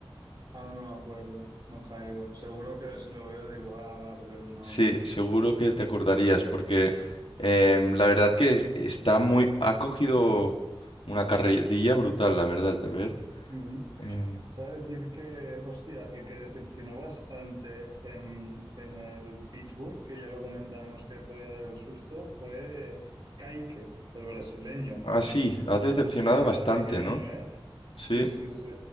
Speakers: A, on the right; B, on the left.
A: Ahora no me acuerdo, no caigo. Seguro que si lo veo digo, ah, vale, pero no.
B: Sí, seguro que te acordarías, porque em, la verdad que es- está muy, ha cogido una carrerilla brutal, la verdad. A ver.
A: Ujú.
B: em,
A: O sea, decir que, hostia, el que decepcionó bastante en, en el Pittsburgh, que ya lo comentamos que podía dar el susto, fue Kaique, el brasileño.
B: ah, sí, ha decepcionado
A: Se quedó
B: bastante,
A: pequeño,
B: ¿no?
A: ¿eh?
B: Sí,
A: Sí, sí, sí.